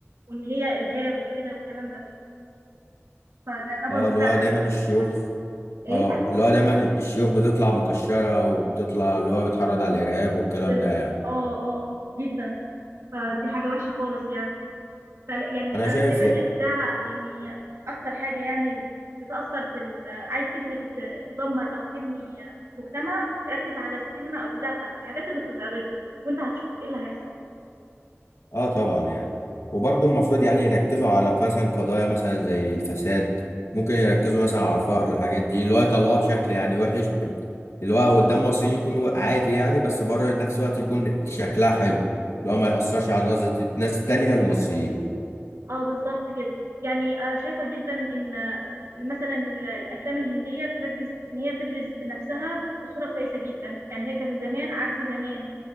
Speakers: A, on the right; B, on the left.
A: وان هي ارهاب وكده والكلام ده فده ده برضو
B: اه اللي
A: فعلا
B: هو دايما الشيوخ
A: يعني ايه
B: اه اللي هو دايما الشيوخ بتطلع مكشرة وبتطلع اللي هو بتحرض على الإرهاب والكلام
A: بز-
B: ده يعني
A: اه اه جدا فدي حاجه وحشه خالص يعني فلا يعني
B: انا
A: انا
B: شايف
A: شايفه ان الاذاعه يعني اكتر حاجه يعني بتاثر في ال... عايز تبني ت- تدمر او تبني مجتمع ركز على السينما او الاذاعه بتاعت الحاجات اللي بتتعرض له وانت هتشوف ايه اللي هيحصل
B: اه طبعا يعني وبرضه المفروض يعني يركزوا على مثلا قضايا مثلا زي الفساد ممكن يركزوا مثلا على الفقر والحاجات دي اللي هو يطلعوها بشكل يعني وحش اللي هو قدام مصريين يكون عادي يعني بس بره نفس الوقت يكون شكلها حلو اللي هو ما يأثرش على نظرة ناس تانية للمصريين
A: اه بالظبط كده يعني آه، شايفة جدا ان آه، مثلا ال- الافلام الهندية بتركز ان هي تبرز نفسها بصورة كويسة جدا يعني هي كان زمان عكس زمان